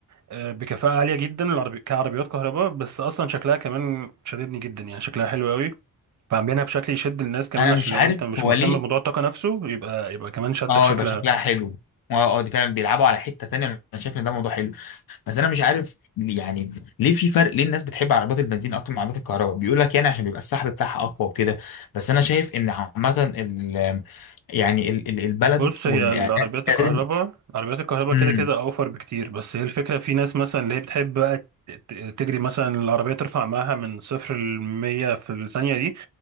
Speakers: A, on the right (about 55°); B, on the left (about 85°).
A: آه، بكفاءه عاليه جدا العربي كعربيات كهرباء بس اصلا شكلها كمان شددني جدا يعني شكلها حلو قوي فعاملينها بشكل يشد الناس كمان
B: انا
A: عشان
B: مش
A: لو
B: عارف
A: انت مش
B: هو
A: مهتم
B: ليه
A: بموضوع الطاقه نفسه يبقى يبقى كمان شدك
B: اه
A: شكلها
B: يبقى شكلها حلو اه اه دي فعلا بيلعبوا على حته تانيه انا شايف ان ده موضوع حلو بس انا مش عارف يعني ليه في فرق ليه الناس بتحب عربيات البنزين اكتر من عربيات الكهرباء بيقول لك يعني عشان بيبقى السحب بتاعها اقوى وكده بس انا شايف ان عامه ال يعني ال ال- البلد
A: بص
B: والاعلام
A: هي العربيات الكهرباء
B: لازم
A: عربيات الكهرباء
B: مم.
A: كده كده اوفر بكتير بس هي الفكره في ناس مثلا اللي هي بتحب بقى ت- ت- تجري مثلا العربيه ترفع معاها من صفر ل 100 في الثانيه دي